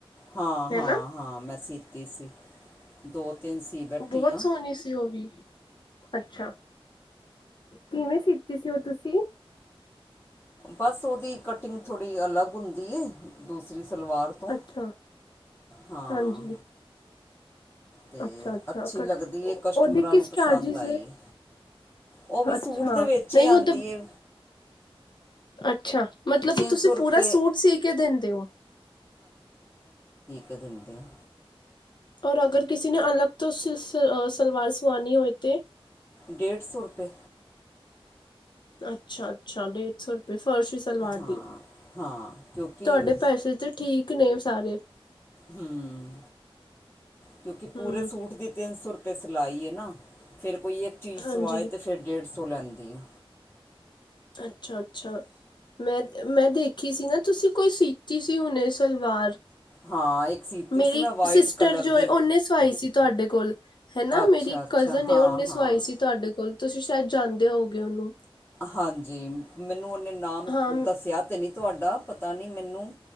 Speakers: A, on the left (about 25°); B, on the left (about 50°).
A: ਹਾਂ ਹਾਂ
B: ਹੈਨਾ
A: ਹਾਂ ਮੈਂ ਸੀਤੀ ਸੀ। ਦੋ ਤਿੰਨ ਸੀ ਬੈਠੀ
B: ਬਹੁਤ
A: ਆਂ।
B: ਸੋਹਣੀ ਸੀ ਉਹ ਵੀ ਅੱਛਾ ਕਿਵੇਂ ਸਚ ਸਿਤੀ ਸੀ ਔ ਤੁਸੀਂ।
A: ਬਸ ਉਹਦੀ ਕਟਿੰਗ ਥੋੜ੍ਹੀ ਅਲੱਗ ਹੁੰਦੀ ਏ, ਦੂਸਰੀ ਸਲਵਾਰ ਤੋਂ,
B: ਅੱਛਾ
A: ਹਾਂ
B: ਹਾਂਜੀ
A: ਤੇ
B: ਅੱਛਾ ਅੱਛਾ
A: ਅੱਛੀ
B: ਕ
A: ਲੱਗਦੀ
B: ਉਹਦੇ
A: ਕਸਟਮਰਾਂ
B: ਕਿਸ
A: ਨੂੰ ਪਸੰਦ
B: ਚਾਰਜਿਸ
A: ਆਈ
B: ਨੇ
A: ਹੈ, ਔ ਵੀ
B: ਅੱਛਾ
A: ਸੂਟ ਦੇ ਵਿੱਚ ਹੀ
B: ਨਹੀਂ
A: ਆਉਂਦੀ
B: ਉਹ ਤਾਂ
A: ਏ।
B: ਅੱਛਾ ਮਤਲਬ
A: ਤਿੰਨ
B: ਤੁਸੀਂ
A: ਸੌ ਰੁਪਏ
B: ਪੂਰਾ ਸੂਟ ਸੀ ਕੇ ਦੇਂਦੇ ਹੋ।
A: ਕਦਿੰ ਦੇ <inaudible>
B: ਔਰ ਅਗਰ ਕਿਸੀ ਨੇ ਅਲੱਗ ਤੋਂ, ਸਲਵਾਰ ਸਵਾਨੀ ਹੋਏ ਤੇ।
A: ਡੇਢ ਸੌ ਰੁਪਏ।
B: ਅੱਛਾ ਅੱਛਾ ਡੇਢ ਸੌ ਰੁਪਏ। ਫਰਸ਼ੀ ਸਲਵਾਰ
A: ਹਾਂ
B: ਦੀ
A: ਹਾਂ ਕਿਉਂਕਿ
B: ਤੁਹਾਡੇ ਪੈਸੇ ਤੇ ਠੀਕ ਨੇ, ਤਾਰਫ
A: ਹੂੰ, ਕਿਉਂਕਿ
B: ਹਮ
A: ਪੂਰੇ ਸੂਟ ਦੀ ਤਿੰਨ ਸੌ ਰੁਪਏ, ਸਲਾਈ ਏ ਨਾ ਫਿਰ, ਕੋਈ ਇੱਕ ਚੀਜ਼
B: ਹਾਂਜੀ
A: ਸਵਾਏ ਤੇ ਫਿਰ ਡੇਢ, ਵਰਸੋਂ ਲੈਂਦੀਆਂ,
B: ਅੱਛਾ-ਅੱਛਾ, ਮੈਂ-ਮੈਂ ਦੇਖੀ ਸੀ ਨਾ, ਤੁਸੀਂ ਕੋਈ ਸੀਤੀ ਸੀ ਹੁਣੇ ਸਲਵਾਰ,
A: ਹਾਂ ਇੱਕ, ਸੀਤੀ
B: ਮੇਰੀ
A: ਸੀ ਮੈਂ ਵਾਈਟ
B: ਸਿਸਟਰ
A: ਕਲਰ
B: ਜੋ
A: ਦੀ
B: ਉਹਨੇ ਸਵਾਈ ਸੀ? ਤੁਹਾਡੇ ਕੋਲ, ਹਨਾ
A: ਅੱਛਾ
B: ਮੇਰੀ
A: ਅੱਛਾ
B: ਕਜ਼ਨ
A: ਹਾਂ
B: ਉਹਨੇ
A: ਹਾਂ
B: ਸਵਾਈ ਸੀ ਤੁਹਾਡੇ ਕੋਲ? ਤੁਸੀਂ ਸ਼ਾਇਦ ਜਾਂਦੇ ਹੋਗੇ ਉਹਨੂੰ
A: ਹਾਂਜੀ ਮੈਨੂੰ ਉਹਨੇ ਨਾਮ
B: ਹਾਂ
A: ਦੱਸਿਆ ਤੇ ਨੀ, ਤੁਹਾਡਾ ਪਤਾ ਨਹੀਂ ਮੈਨੂੰ